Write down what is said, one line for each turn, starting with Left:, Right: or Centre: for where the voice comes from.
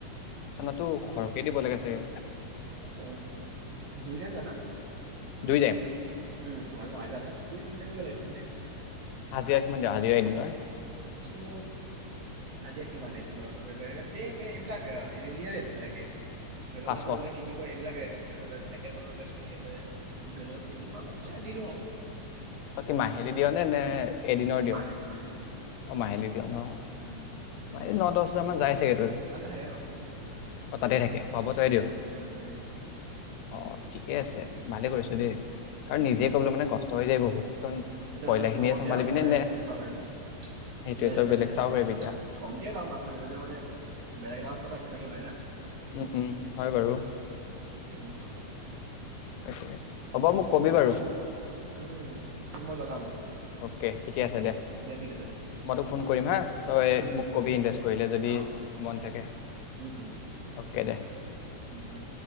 Left: তো সৰহকে দিব লাগে চাগে।
Right: উম, দুইজন জানা।
Left: দুই টাইম
Right: উম, মান নু দুই তিনিটটা দিব লাগে তিনিটাইম
Left: হাজিৰা কিমান দিনৰ হাজিৰা এদিনৰ?
Right: উ হাজিয়া কিমানে দিনৰতো ধৰি লোৱা চেম এইবিলাক হেৰিয়বিলাকে ধৰিল
Left: পাঁচশ
Right: মটো এইবিলাক কি বুলি কয় এইবিলাক এ মানে ধৰি লোৱা যেনেকে ধৰ এইবিলাক চলি আছে ভত তিনিশ দি দিওঁ আৰু
Left: তাক কি মাহিলী দিয় নে নে এদিনৰ দিওঁ
Right: মাহেলী মাহেলী মাহেলী
Left: অ', মাহেলী দিয় অ'। ন
Right: উম,
Left: দহ বজ মান যাই চাগেটোৰ
Right: তাতে থাকে আৰু উম,
Left: তাতে থাকে খোৱা বোৱা তয়ে দিয়
Right: উম, উম, উম,
Left: অহ, ঠিকে আছে। ভালে কৰিছো দেই। কাৰণ
Right: উম,
Left: নিজে কবলৈ মানে কষ্ট হৈ যায় বহুত
Right: এতিয়া
Left: পয়লাখিনিয়ে
Right: ধৰি লও তোৰ লগতে
Left: চম্ভালিবি
Right: আমি বেলেগ
Left: নে নে
Right: এটা বিজনেছ চাব পাৰিম
Left: সেইটোৱে
Right: তোকে ধৰি
Left: তই
Right: লও
Left: বেলেগ
Right: এটা
Left: চাব
Right: বিজনেছ
Left: পাৰিবি এতিয়া।
Right: পাৰিম কমকে লওঁ মালটো ধৰি লওঁ মেনে বেলেগ এটা এক্সট্ৰাকে ওলাই না।
Left: উম, উম হয়, বাৰু।
Right: উম, হ'ব।
Left: <unintelligible> কবি
Right: উম,
Left: বাৰু
Right: উম তোক মই জনাম।
Left: অ'কে ঠিকে
Right: অ'কে
Left: আছে
Right: অ'কে
Left: দে,
Right: দিয়া ঠিক আছে দিয়া
Left: মই তোক ফোন কৰিম হা তই
Right: উম
Left: মোক
Right: উম
Left: কবি ইনভেষ্ট কৰিলে যদি
Right: অ হ'ব
Left: মন থাকে।
Right: উম উম
Left: অ'কে দে।
Right: উম, উম।